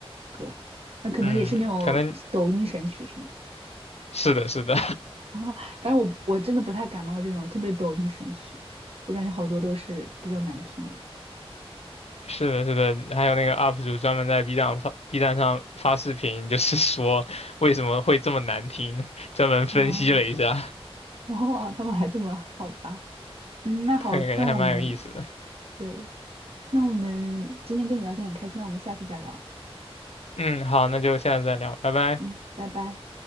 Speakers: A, on the right; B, on the left.
A: 歌，那可能也是那种抖音神曲是吗？
B: 嗯，可能是的，是的，
A: <laughs> 啊，反正我我真的不太感冒这种特别抖音神曲，我感觉好多都是比较难听的。
B: <laughs> 是的，是的。还有那个 UP 主专门在 B 站发 B 站上发视频，就是说为什么会这么难听，专门分析了一下，
A: 哦 <laughs> 哦，他们还这么好吧？嗯，
B: <laughs>
A: 那好，
B: 对感觉还蛮有意思的。
A: 那我们对，那我们今天跟你聊天很开心，那我们下次再聊。
B: 嗯，好，那就现在再聊，拜拜。
A: 嗯，拜拜。